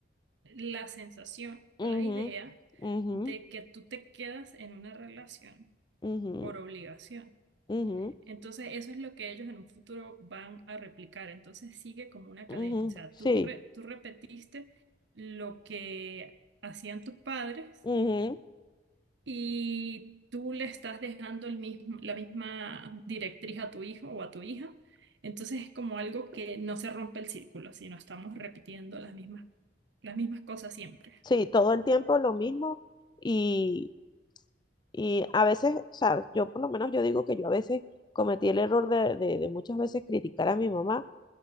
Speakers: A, on the right; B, on the left.
A: la sensación o
B: ujú,
A: la idea
B: ujú,
A: de que tú te quedas en una relación
B: ujú,
A: por obligación.
B: ujú,
A: Entonces, eso es lo que ellos en un futuro van a replicar. Entonces, sigue como una
B: ujú,
A: cadena. O sea,
B: sí,
A: tú, re- tú repetiste lo que hacían tus padres
B: ujú,
A: y tú le estás dejando el mismo, la misma directriz a tu hijo o a tu hija. Entonces, es como algo que no se rompe el círculo, sino estamos repitiendo las mismas, las mismas cosas siempre.
B: sí, todo el tiempo lo mismo y Y a veces, o sea, yo por lo menos yo digo que yo a veces cometí el error de, de- de muchas veces criticar a mi mamá,